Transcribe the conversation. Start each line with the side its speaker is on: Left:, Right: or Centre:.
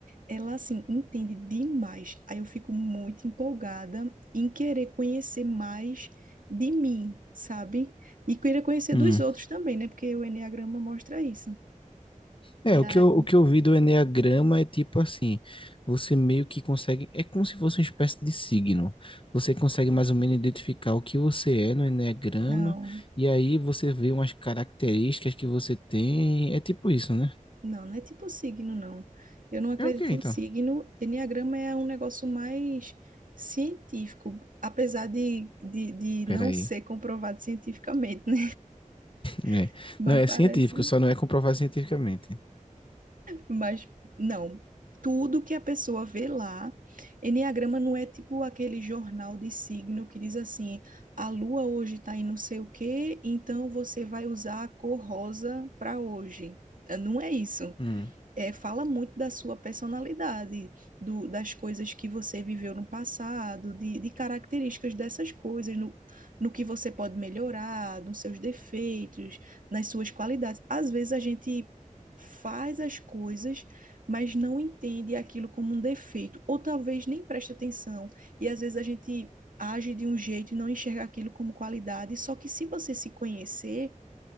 Right: Ela, assim, entende demais. Aí eu fico muito empolgada em querer conhecer mais de mim, sabe? E querer conhecer
Left: Hum.
Right: dos outros também, né? Porque o enneagrama mostra isso.
Left: É,
Right: E
Left: o
Right: aí,
Left: que eu, o que eu vi do enneagrama é tipo assim, você meio que consegue, é como se fosse uma espécie de signo. Você consegue mais ou menos identificar o que você é no enneagrama,
Right: não,
Left: e aí você vê umas características que você tem, é tipo isso, né?
Right: não, não é tipo signo, não. Eu não acredito
Left: É o que
Right: em
Left: então?
Right: signo. Enneagrama é um negócio mais científico, apesar de, de, de
Left: Peraí.
Right: não ser comprovado cientificamente, né?
Left: É.
Right: <laughs> Mas
Left: Não, é
Right: parece.
Left: científico, só não é comprovado cientificamente.
Right: Mas não. Tudo que a pessoa vê lá, enneagrama não é tipo aquele jornal de signo que diz assim: a lua hoje está em não sei o quê, então você vai usar a cor rosa para hoje. Eh, Não é isso
Left: Hum,
Right: é, fala muito da sua personalidade, do, das coisas que você viveu no passado, de, de características dessas coisas, no, no que você pode melhorar, nos seus defeitos, nas suas qualidades. Às vezes a gente faz as coisas, mas não entende aquilo como um defeito, ou talvez nem preste atenção, e às vezes a gente age de um jeito e não enxerga aquilo como qualidade, só que se você se conhecer,